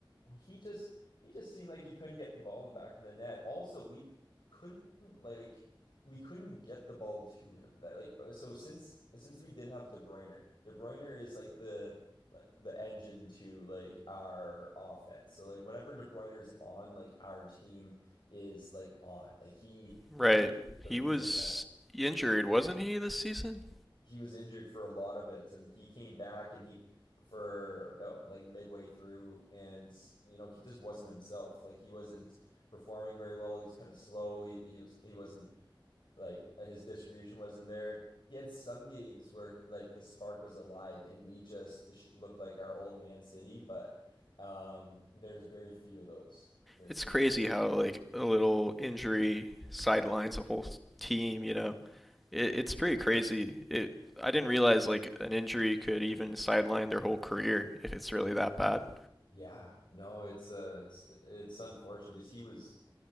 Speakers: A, on the left (about 65°); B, in the centre.
A: he just he just seemed like he couldn't get the ball in the back of the net. Also, we couldn't like we couldn't get the ball to him. That like uh, so since since we didn't have De Bruyne, De Bruyne is like the the engine to like our offense. So like whenever De Bruyne is on, like our team is like on. Like he
B: Right,
A: he is the
B: he
A: reason
B: was
A: why
B: injured, wasn't he this season?
A: he was injured for a lot of it and he came back and he for about like midway through and you know he just wasn't himself like he wasn't performing very well he was kind of slow he he, was, he wasn't like his distribution wasn't there he had some games where like the spark was alive and we just sh- look like our old man city but um there's very few of those very
B: It's
A: few
B: crazy
A: of them
B: how like a little injury sidelines a whole team, you know. It, it's pretty crazy. It I didn't realize like an injury could even sideline their whole career if it's really that bad.
A: yeah no it's uh it's it's unfortunate because he was